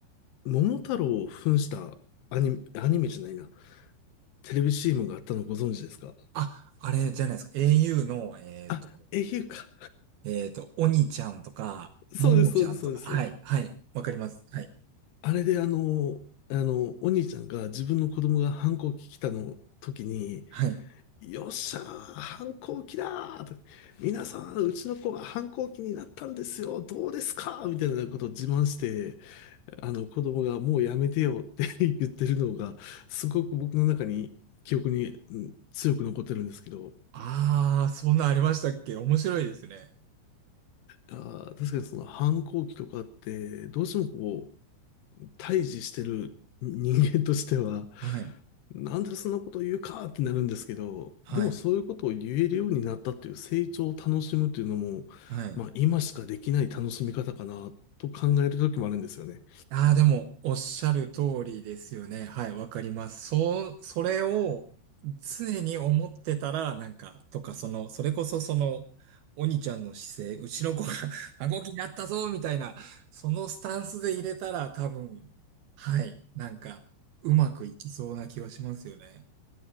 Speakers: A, on the left (about 75°); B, on the right (about 75°).
A: 桃太郎を扮したアニメ、アニメじゃないな、テレビ CM があったのご存知ですか
B: あ、あれじゃないですか。au の、えっと、
A: あ、au か。
B: えっと、おにちゃんとか、
A: そうです、
B: ももちゃんとか、
A: そうです、そうです。
B: はい、はい、わかります。はい、
A: あれであの、あの、お兄ちゃんが自分の子供が反抗期来たの時に、
B: はい。
A: よっしゃー、反抗期だーと。皆さん、うちの子が反抗期になったんですよ。どうですかみたいなことを自慢して、あの子供がもうやめてよって <laughs> 言ってるのが、すごく僕の中に記憶に、うん強く残ってるんですけど、
B: ああ、そんなありましたっけ面白いですね。
A: あー確かにその反抗期とかって、どうしてもこう、対峙してる人間としては、
B: はい、
A: なんでそんなこと言うかってなるんですけど、
B: はい、
A: でもそういうことを言えるようになったっていう成長を楽しむっていうのも、
B: はい。
A: まあ今しかできない楽しみ方かなと考える時もあるんですよね。
B: ああ、でも、おっしゃる通りですよね。はい、わかります。そう、それを常に思ってたら、なんか、とか、その、それこそその、鬼ちゃんの姿勢、うちの子が <laughs> 顎気になったぞ、みたいな、そのスタンスで入れたら、多分、はい、なんか、うまくいきそうな気はしますよね。